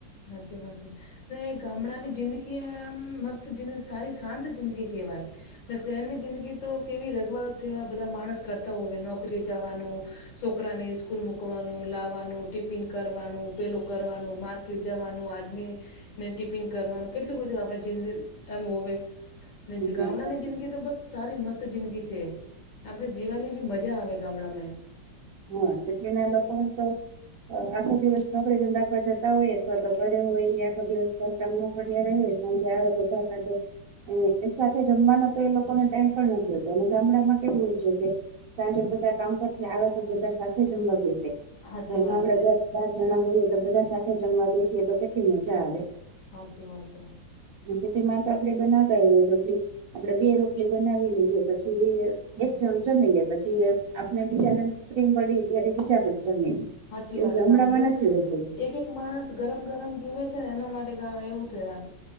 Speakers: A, on the left; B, on the right.
A: સાચી વાત સે ને ગામડાની જિંદગી આમ મસ્ત જિં સારી શાંત જિંદગી કહેવાય ને શહેરની જિંદગી તો કેવી રગવા તેવા બધા માણસ કરતા <unintelligible> નોકરી જવાનું સોકરાને સ્કૂલ મકવાનું લાવવાનું ટિફિન કરવાનું પેલુ કરવાનું જવાનું આદમીને ને ટિફિન કરવાનું કેટલું બધું આપણે જિંદ એમ હોવે
B: હા
A: જે ગામડાની
B: સાચું.
A: જિંદગી તો બસ સારી મસ્ત જિંદગી છે. આપણે જીવાની ભી મજા આવે ગામડામે
B: હ સિટીના લોકો તો. આખો દિવસ નોકરી ધંધા પર જતા હોયે અથવા તો ઘરે હોયે આખો દિવસ ઘર કામમાં પડ્યા રહે સાંજે આવે બધા માટે. એમને એ સાથે જમવાનો તો એ લોકોને ટાઈમ પણ નથી હોતો અને ગામડામાં કેવું છે કે સાંજે બધા કામ પરથી આવે તો બધા સાથે જમવા બેશે
A: સાચી
B: ઘરમાં
A: વાત
B: આપડે
A: હે
B: બાર જણા હોઈએ તો બધા સાથે જમવા બેસીએ તો કેટલી મજા આવે.
A: સાચી વાત સે
B: અને સિટીમાં તો આપડે બનાવતાય હોય રોટલી. આપળ બે રોટલી બનાવી લઈએ પછી એક જણ જમી લે પછી અને બીજાને ફ્રીમ પડી ત્યારે બીજા <unintelligible> જમે.
A: સાચી
B: એવું
A: વાત
B: ગામડામાં
A: સે ગામદ
B: નથી હોતું
A: એક એક. માણસ ગરમ ગરમ જીમે છે ને એના માટે ગામ એવું <unintelligible> અને